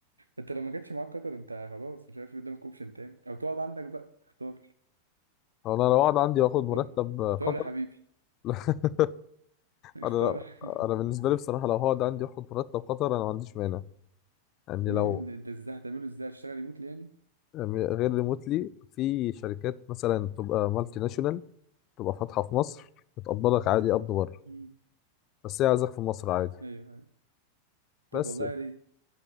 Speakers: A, on the right; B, on the left.
A: انت لو ما كانش معاك قطر انت خلاص مش عارف إيه قدامك اوبشن تاني او تقعد عندك بقى اختار
B: أنا لو قعد عندي وآخد مرتب
A: اختار اختار
B: قطر
A: يا حبيبي
B: <laughs>
A: <laughs> اختار
B: انا
A: يا حبيبي
B: انا بالنسبه لي بصراحه لو هقعد عندي اخد مرتب خطر انا ما عنديش مانع يعني
A: مين
B: لو
A: انت ازاي هتعمله ازاي هتشتغل ريموتلي يعني
B: يعني غير ريموتلي في شركات مثلا تبقى مالتي ناشونال تبقى فاتحه في مصر بتقبضك عادي قبض بره
A: مم.
B: بس هي عايزاك في مصر عادي
A: ايوه ايوه طب
B: بس
A: والله يا ريت